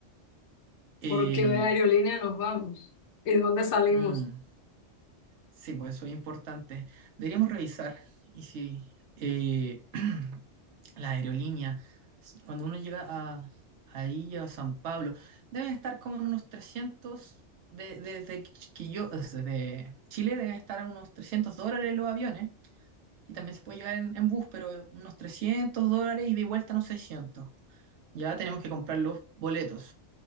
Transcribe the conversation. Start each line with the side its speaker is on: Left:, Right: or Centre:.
Right: eh,
Left: ¿Por qué aerolínea nos vamos? ¿Y de dónde salimos?
Right: mm, Sí, pues eso es importante. Deberíamos revisar y si eh, <clears throat> la aerolínea, s- cuando uno llega a, ahí a San Pablo, deben estar como en unos 300 de- desde Ch- Quillo- desde Chile deben estar a unos 300 dólares los aviones y también se puede llegar en, en bus, pero unos 300 dólares y de vuelta unos 600. Ya tenemos que comprar los boletos.